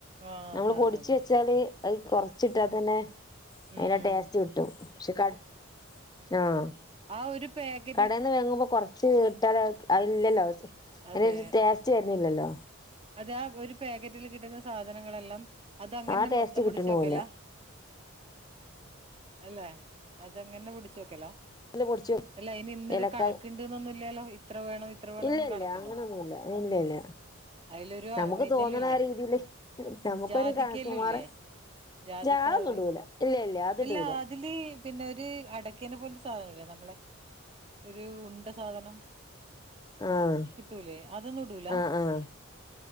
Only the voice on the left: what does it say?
നമ്മള്
പൊടിച്ച്
വെച്ചാല്. അത് കുറച്ചിട്ടാ തന്നെ
അതിന്റെ ടേസ്റ്റ് കിട്ടും ക്ഷെ കട ആഹ്
കടയിന്ന് വേങ്ങുമ്പോ കൊറച്ച്ട്ടാല് അഹ് ഇല്ലല്ലോ അയിനൊര്
ടേസ്റ്റ് വര്ന്നില്ലല്ലോ
ആ ടേസ്റ്റ്
കിട്ടണൂല്ല
ആഹ് പൊടിച്ച്
ഏലക്കായ്
ഇല്ല ഇല്ല
അങ്ങനൊന്നുല്ല ഇല്ല ഇല്ല
നമുക്ക്
തോന്നണ രീതിയില് നമുക്കൊരു
സുമാറ്
ജാളൊന്നും
ഇടൂല ഇല്ല ഇല്ല അത്
ഇടൂല
ആഹ്
ആഹ് ആഹ്